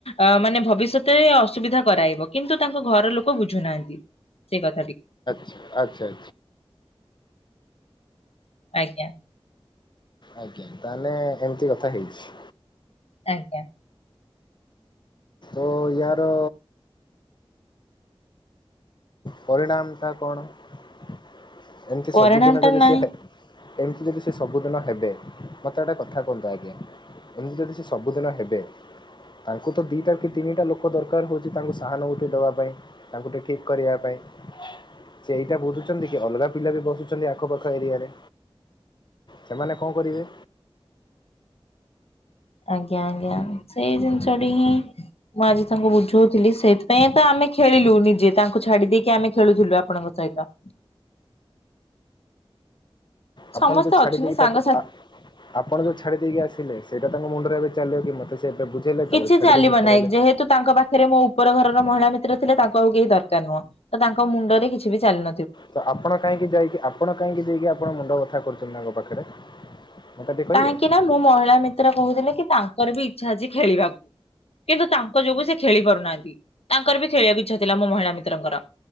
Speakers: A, on the left (about 85°); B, on the left (about 50°).
A: ଅ ମାନେ ଭବିଷ୍ୟତରେ ଅସୁବିଧା କରାଇବ କିନ୍ତୁ ତାଙ୍କ ଘର ଲୋକ ବୁଝୁନାହାନ୍ତି। ସେଇ କଥାଟିି।
B: ଆଚ୍ଛା ଆଚ୍ଛା।
A: ଆଜ୍ଞା।
B: ଆଜ୍ଞା ତାହେଲେ ଏମିତି କଥା ହେଇଛି।
A: ଆଜ୍ଞା।
B: ଓ ୟାର ପରିଣାମ ଟା କଣ ଏମିତି
A: ପରିଣାମ
B: ସବୁଦିନ
A: ଟା
B: ତ ବେଶି
A: ନାହିଁ
B: ହେ ମିତି ଯଦି ସେ ସବୁଦିନ ହେବେ ମୋତେ ଗୋଟେ କଥା କୁହନ୍ତୁ ଆଜ୍ଞା। ଏମିତି ଯଦି ସେ ସବୁଦିନ ହେବେ। ତାଙ୍କୁ ତ ଦିଇଟା କି ତିନିଟା ଲୋକ ଦରକାର ହେଉଛି ତାଙ୍କୁ ସାହାନୁଭୂତି ଦେବା ପାଇଁ ତାଙ୍କୁ ଟିକେ ଠିକ୍ କରିବା ପାଇଁ। ସେଇଟା ବୁଧୁଛନ୍ତି କି ଅଲଗା ପିଲା ବି ବସୁଛନ୍ତି ଆଖପାଖ ଏରିଆରେ। ସେମାନେ କଣ କରିବେ।
A: ଆଜ୍ଞା ଆଜ୍ଞା ସେଇ ଜିନିଷଟି ହିଁ ମୁଁ ଆଜି ତାଙ୍କୁ ବୁଝଉଥିଲି ସେଇଥିପାଇଁ ତ ଆମେ ଖେଳିଲୁ ନିଜେ ତାଙ୍କୁ ଛାଡି ଦେଇକି ଆମେ ଖେଳୁଥିଲୁ ଆପଣଙ୍କ ସହିତ ତ
B: ଆପଣ
A: ସମସ୍ତେ
B: ଯୋଉ ଛାଡି
A: ଅଛନ୍ତି
B: ଦେଇକି
A: ସାଙ୍ଗସା
B: ତାକୁ ଆ ଆପଣ ଯୋଉ ଛାଡି ଦେଇକି ଆସିଲେ ସେଇଟ ତାଙ୍କ ମୁଣ୍ଡରେ ଏବେ ଚାଲିବ କି ମତେ ସେ ଏବେ ବୁଝେଇଲେ
A: କିଛି
B: ତାପରେ ଛାଡି
A: ଚାଲିବ
B: ଦେଇକି ପଳେଇଲେ।
A: ନାହିଁ ଯେହେତୁ ତାଙ୍କ ପାଖରେ ମୋ ଉପର ଘରର ମହିଳା ମିତ୍ର ଥିଲା ତାଙ୍କୁ ଆଉ କେହି ଦରକାର ନୁହଁ ତ ତାଙ୍କ ମୁଣ୍ଡରେ କିଛି ବି ଚାଲୁନ
B: ତ ଆପଣ କାହିଁକି ଯାଇକି ଆପଣ କାହିଁକି ଯାଇକି ଆପଣ ମୁଣ୍ଡ ବଥା କରୁଛନ୍ତି ତାଙ୍କ ପାଖରେ। ମତେ ଟିକେ କହିବେ?
A: କାହିଁକି ନା ମୁଁ ମହିଳା ମିତ୍ର କହୁଥିଲି କି ତାଙ୍କର ବି ଇଚ୍ଛା ଅଛି ଖେଳିବାକୁ। କିନ୍ତୁ ତାଙ୍କ ଯୋଗୁ ସେ ଖେଳି ପାରୁନାହାନ୍ତି ତାଙ୍କର ବି ଖେଳିବାକୁ ଇଚ୍ଛା ଥିଲା ମୋ ମହିଳା ମିତ୍ରଙ୍କର।